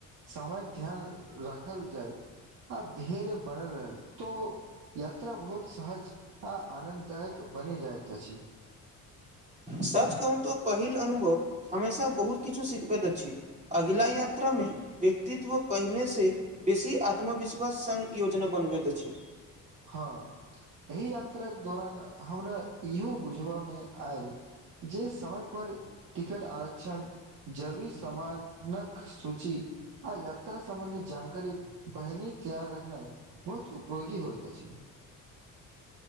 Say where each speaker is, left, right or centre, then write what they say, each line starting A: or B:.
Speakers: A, on the right; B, on the right.
A: समयक ध्यान राखल जाइ आ धैर्य बनेल रह तो यात्रा बहुत सहज आ आनन्ददायक बनि जाइत अछि
B: सच कहू तो पहिल अनुभव हमेशा बहुत किछु सिखबैत अछि अगिला यात्रामे मे व्यक्तित्व पहिनेसँ बेसी आत्मविश्वास सङ् योजना बनबैत अछि
A: हँ एहि यात्राके दौरान हमरा इहो बुझबा मे आयल जे समयपर टिकट आरक्षण जरूरी सामानक सूची आ याात्रा समबन्धी जानकारी पहिल त्यार रखनेइ बहुत उपयोगी होइ अछि